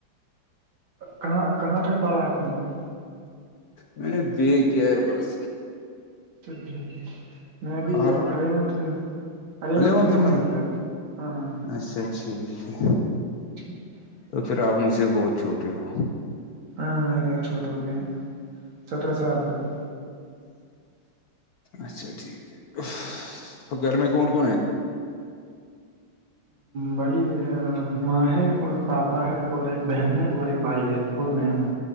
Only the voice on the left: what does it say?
میں نے بے کیا ہے بس
آپ
بھلے
ہو
تمہیں
اچھا ٹھیک ہے
تو پھر آپ مجھے بہت چھوٹے ہو
اچھا ٹھیک ہے تو گھر میں کون کون ہے